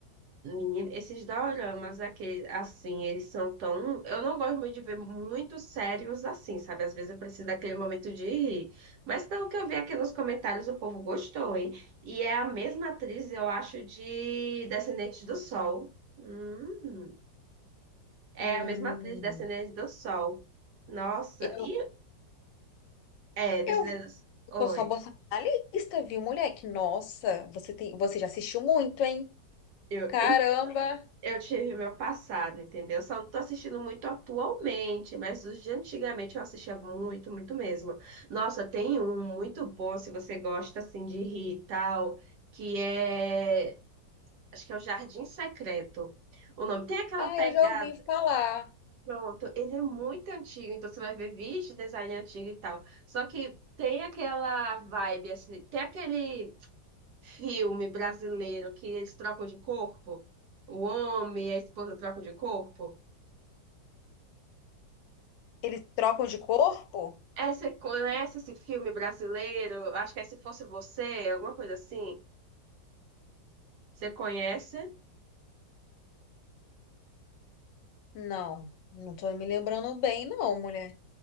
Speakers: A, on the right (about 70°); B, on the left (about 85°).
A: Menino, esses doramas, aqueles, assim, eles são tão. Eu não gosto muito de ver muito sérios assim, sabe? Às vezes eu preciso daquele momento de rir. Mas pelo que eu vi aqui nos comentários, o povo gostou, hein? E é a mesma atriz, eu acho, de Descendentes do Sol. Hum. É
B: Hum.
A: a mesma atriz de Descendentes do Sol. Nossa,
B: Eu
A: e. É, Descendentes
B: eu
A: do Sol.
B: vou só
A: Oi.
B: botar na lista, viu, moleque? Nossa, você tem, você já assistiu muito, hein?
A: Eu,
B: Caramba!
A: Eu tive meu passado, entendeu? eu Só não tô assistindo muito atualmente, mas os de antigamente eu assistia muito, muito mesmo. Nossa, tem um muito bom, se você gosta assim de rir e tal, que é, acho que é o Jardim Secreto. O nome tem aquela
B: Ah,
A: pegada.
B: eu já ouvi falar.
A: Pronto, ele é muito antigo, então você vai ver vídeos de design antigo e tal. Só que tem aquela vibe assim, tem aquele filme brasileiro que eles trocam de corpo. O homem e a esposa trocam de corpo.
B: Eles trocam de corpo?
A: É, você conhece esse filme brasileiro? Acho que é Se Fosse Você, alguma coisa assim. Você conhece?
B: Não, não tô me lembrando bem, não, mulher.